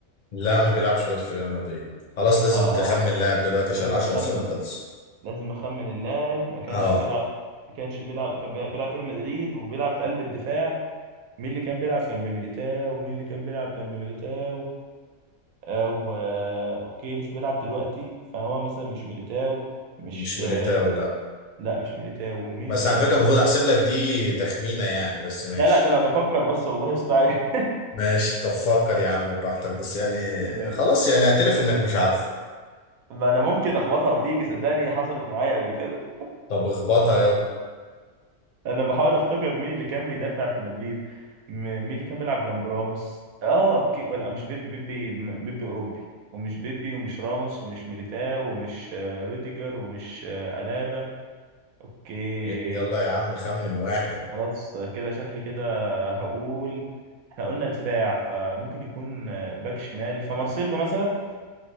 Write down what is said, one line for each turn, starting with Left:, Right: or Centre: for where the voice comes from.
Left: لا ما بيلعبش دلوقتي في ريال مدريد خلاص لازم
Right: آه
Left: تخمن لاعب دلوقتي عشان
Right: لازم
Left: العشر
Right: أخمن
Left: أسئلة خلص
Right: لازم اخمن اللاعب ما كانش
Left: اه
Right: بيلعب ما كانش بيلعب كان بيلعب في ريال مدريد وبيلعب في قلب الدفاع مين اللي كان بيلعب جنب ميليتاو ومين اللي كان بيلعب جنب ميليتاو او آه، اوكي مش بيلعب دلوقتي فهو مثلا مش ميليتاو مش
Left: مش ميليتاو
Right: آه،
Left: لا
Right: لا مش ميليتاو ومين
Left: بس
Right: اللي
Left: على
Right: و-
Left: فكرة المفروض احسب لك دي تخمينة يعني بس ماشي
Right: لا لا ده انا بفكر بس والله بصوت عالي
Left: ماشي طب فكر يا عم براحتك بس يعني
Right: <laughs>
Left: خلاص يعني اعترف انك مش عارف
Right: ما انا ممكن اخبطها وتيجي صدقني حصلت معايا قبل كده
Left: طب اخبطها يلا
Right: انا بحاول افتكر مين اللي كان بيدافع في مدريد م- مين اللي كان بيلعب جنب راموس اه اوكي ولا مش بيبي بيبي م- بيبي اوروبي ومش بيبي ومش راموس ومش ميليتاو ومش آه، روديجر ومش آه، الابا اوكي
Left: ي- يلا يا عم خمن واحد
Right: خلاص آه، كده شكلي كده هقول احنا قلنا دفاع فممكن يكون آه، باك شمال فمارسيلو مثلا